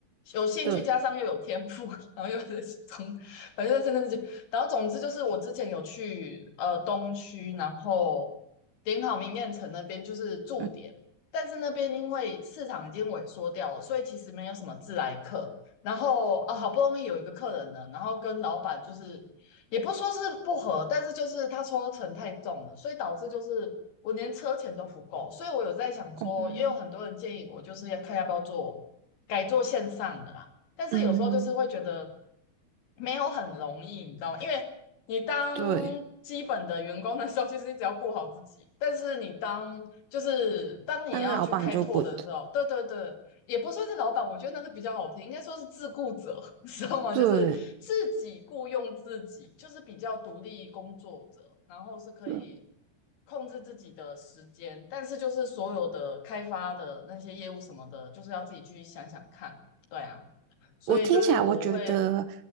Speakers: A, on the left (about 85°); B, on the right (about 70°).
A: 有兴趣加上又有天赋，
B: 对，
A: <laughs> 然后又是从反正在称赞自己。然后总之就是我之前有去呃东区，然后点好明艳城那边就是驻点，
B: 嗯
A: 但是那边因为市场已经萎缩掉了，所以其实没有什么自来客。然后啊，
B: 嗯
A: 好不容易有一个客人呢，然后跟老板就是也不说是不合，但是就是他抽成太重了，所以导致就是我连车钱都不够。所以我有在想说，
B: 嗯
A: 也有很多人建议我就是要看要不要做改做线上的啦。但是有时候就是会觉得
B: 嗯
A: 没有很容易，你知道吗？因为你当基本的员工的时候，
B: 对，
A: 其实你只要顾好自己，但是你当就是当你要去开拓的时候，
B: 当老板就不对，
A: 对对对，也不算是老板，我觉得那是比较好听，应该说是自雇者，<laughs> 你知道吗？
B: 对，
A: 就是自己雇佣自己，就是比较独立工作者，然后是可以。
B: 对
A: 控制自己的时间，但是就是所有的开发的那些业务什么的，就是要自己去想想看。对啊。所以就是我会
B: 我听起来，我觉得，